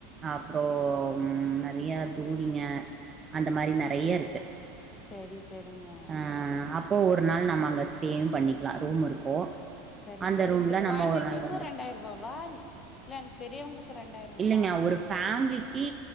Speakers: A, on the right (about 25°); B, on the left (about 30°).
A: அப்றோ நெறைய தூளிங்க அந்த மாரி நெறைய இருக்கு
B: செரி சரிங்க
A: ஆ அப்போ ஒரு நாள் நம்ம அங்கே ஸ்டேவு பண்ணிக்லா ரூமு இருக்கு
B: சரிங்க
A: அந்த ரூம்ல நம்ம
B: கொழந்தைங்களுக்கு
A: ஒரு நாள் வந்து
B: ரெண்டாயிர ரூபாவா இல்ல பெரியவங்களுக்கு ரெண்டாயிரங்களா
A: இல்லைங்க ஒரு ஃபேமிலிக் கி